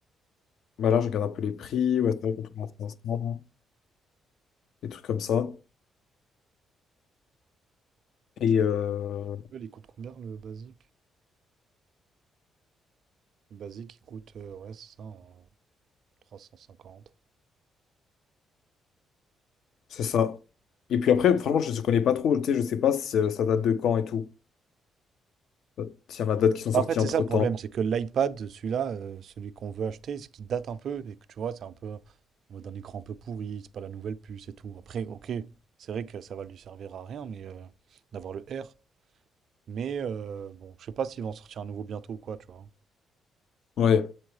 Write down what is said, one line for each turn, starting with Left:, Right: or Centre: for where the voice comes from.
Left: Bah là, je regarde un peu les prix. Ouais, c'est vrai qu'on trouve à 500, des trucs comme ça. Et
Right: Tu vois,
Left: euh,
Right: il coûte combien le basique? Le basique, il coûte, euh, ouais, c'est ça, en 350.
Left: c'est ça. Et puis après, franchement, je ne connais pas trop. Tu sais, je sais pas si euh, ça date de quand et tout. euh, S'il y en a d'autres qui sont
Right: Bah,
Left: sortis
Right: en fait,
Left: entre-temps.
Right: c'est ça le problème, c'est que l'iPad, celui-là, euh, celui qu'on veut acheter, ce qui date un peu, et que tu vois, c'est un peu en mode un écran un peu pourri, c'est pas la nouvelle puce et tout. Après, ok, c'est vrai que ça va lui servir à rien, mais euh, d'avoir le R. Mais euh, bon, je sais pas s'ils vont en sortir un nouveau bientôt ou quoi, tu vois.
Left: Ouais.